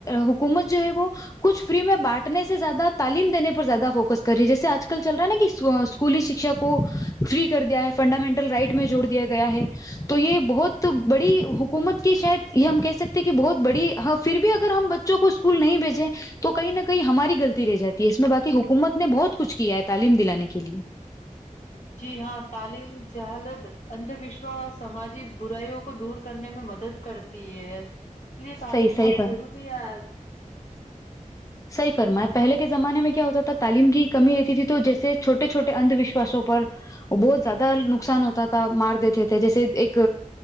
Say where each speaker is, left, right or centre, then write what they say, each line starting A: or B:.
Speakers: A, on the left; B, on the left.
A: حکومت جو ہے وہ کچھ فری میں بانٹنے سے زیادہ تعلیم دینے پر زیادہ فوکس کر رہی ہے جیسے آج کل چل رہا ہے نا کہ اسکولی شکشا کو فری کر دیا ہے فنڈامنٹل رائٹ میں جوڑ دیا گیا ہے تو یہ بہت بڑی حکومت کہ شاید یہ ہم کہہ سکتے ہیں کہ بہت بڑی ہ پھر بھی اگر ہم بچوں کو اسکول نہیں بھیجیں تو کہیں نہ کہیں ہماری غلطی رہ جاتی ہے اس میں باقی حکومت نے بہت کچھ کیا ہے تعلیم دلانے کے لیے
B: جی ہاں تعلیم جہالت ادند وشوس سماجک براائیو کو دور کرنے میں مدد کرتی ہے یہ تعلیم
A: صحیح صحیح
B: بہت
A: پر
B: ضروری ہے
A: صیح فرما پہلے کے زمانے میں کیا ہوتا تھا تعلیم کی کمی رہتی تھی تو جیسے چھوٹے چھوٹے اندھ وشواسوں پر بہت زیادہ نقصان ہوتا تھا مار دیتے تھے جیسے ایک